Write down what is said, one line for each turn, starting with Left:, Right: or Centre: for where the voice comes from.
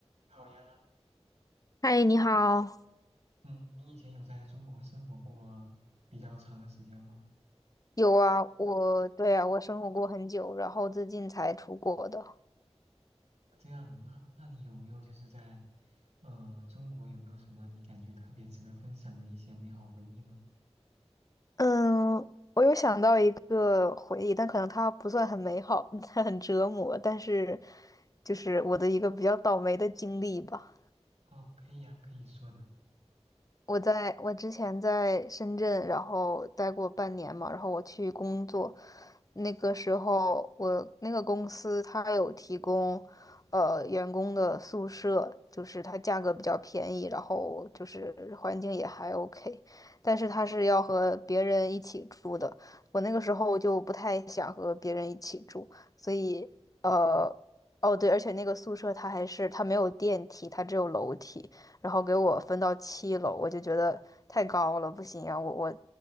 Right: 好呀，
Left: 嗨，你好。
Right: 嗯，你以前有在中国生活过比较长的时间吗？
Left: 有啊，我对啊，我生活过很久，然后最近才出国的。
Right: 这样啊，那你有没有就是在，呃，中国有没有什么你感觉特别值得分享的一些美好回忆呢？
Left: 嗯，我有想到一个回忆，但可能它不算很美好，<laughs> 它很折磨，但是就是我的一个比较倒霉的经历吧。
Right: 哦，可以呀，可以说的。
Left: 我在我之前在深圳，然后待过半年嘛，然后我去工作，那个时候我那个公司它有提供，呃，员工的宿舍，就是它价格比较便宜，然后就是环境也还 OK，但是它是要和别人一起住的，我那个时候就不太想和别人一起住，所以呃，哦对，而且那个宿舍它还是它没有电梯，它只有楼梯。然后给我分到七楼，我就觉得太高了，不行啊，我我